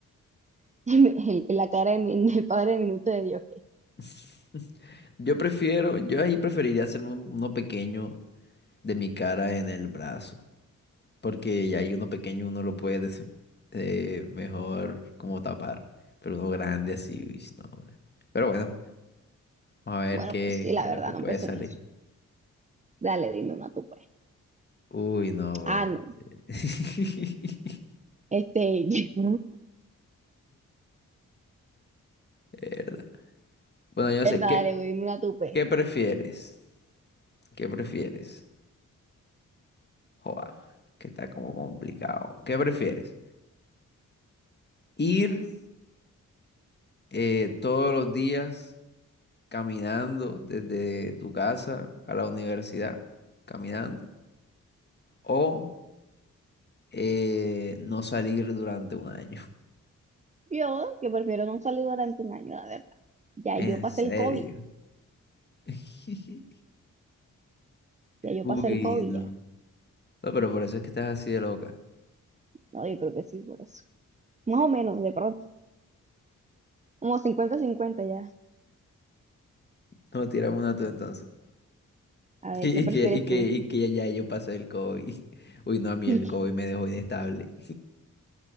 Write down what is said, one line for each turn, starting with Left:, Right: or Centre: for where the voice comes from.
Right: <laughs> el- la cara de mi, del Padre Minuto de Dios, que,
Left: <laughs> Yo prefiero, yo ahí preferiría hacerme un- uno pequeño de mi cara en el brazo. Porque ya ahí uno pequeño uno lo puede eh, mejor como tapar. Pero uno grande así, uy, no. Pero bueno. A ver
Right: bueno,
Left: qué,
Right: pues sí, la
Left: qué es
Right: verdad,
Left: lo que puede
Right: no pensé
Left: salir.
Right: en eso. Dale, dime una tú, pues.
Left: Uy, no, pero.
Right: Ah, no,
Left: <laughs>
Right: este, <laughs>
Left: verdad Bueno, yo no
Right: verdad,
Left: sé, ¿qué,
Right: dale, güey, dime una tú, pues.
Left: qué prefieres? ¿Qué prefieres? Joa, que está como complicado. ¿Qué prefieres? ¿Ir eh, todos los días caminando desde tu casa a la universidad? Caminando. ¿O eh, no salir durante un año?
Right: Yo, que prefiero no salir durante un año, la verdad. Ya
Left: <laughs> ¿En
Right: yo pasé
Left: serio?
Right: el COVID,
Left: <laughs>
Right: ya yo
Left: Uy,
Right: pasé el COVID,
Left: no.
Right: ya.
Left: No, pero por eso es que estás así de loca.
Right: No, yo creo que sí, por eso. más o menos, de pronto, como cincuenta cincuenta ya,
Left: No, tiramos una tú entonces.
Right: a
Left: <laughs>
Right: ver,
Left: Y
Right: ¿qué prefieres
Left: que, y que,
Right: tú?
Left: y que ya yo pasé el COVID. <laughs> Uy, no, a mí
Right: <laughs>
Left: el COVID me dejó inestable.